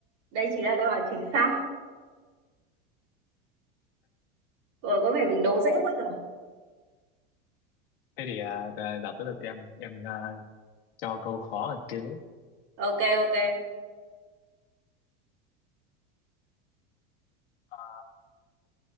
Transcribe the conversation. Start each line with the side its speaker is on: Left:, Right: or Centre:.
Right: đây chính là đáp án chính xác. Ờ, có vẻ mình đố dễ quá nhở
Left: thế thì à, giờ giờ tới lượt em em à, cho câu khó hơn chứ
Right: Ok ok.
Left: À,